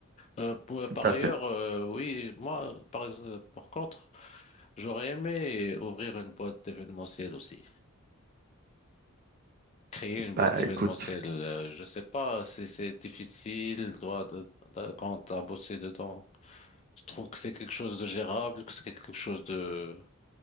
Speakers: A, on the left; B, on the right.
A: Euh, pour-
B: Tout
A: par
B: à
A: ailleurs,
B: fait.
A: euh, oui, moi, par, ex- par contre, j'aurais aimé ouvrir une boîte d'événementiel aussi. Créer une
B: Bah,
A: boîte d'événementiel,
B: écoute.
A: euh, je sais pas si c'est difficile, toi, de- de- quand t'as bossé dedans. Je trouve que c'est quelque chose de gérable, que c'est quelque chose de...